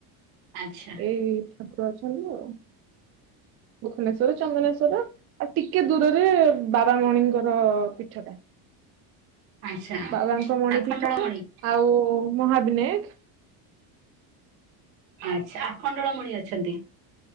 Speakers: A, on the right; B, on the right.
A: ଆଚ୍ଛା।
B: ଏ ଠାକୁର ଅଛନ୍ତି ଆଉ ଗୋଖନେଶ୍ଵର ଚନ୍ଦନେଶ୍ଵର। ଆଉ ଟିକେ ଦୂରରେ ବାବା ମଣିଙ୍କର ପିଠଟା।
A: ଆଚ୍ଛା
B: ବାବାଙ୍କ ମଣିପୀଠ
A: ଆଖଣ୍ଡଳମଣି
B: ଆଉ ମହାବିନାୟେକ।
A: ଆଚ୍ଛା ଆଖଣ୍ଡଳମଣି ଅଛନ୍ତି।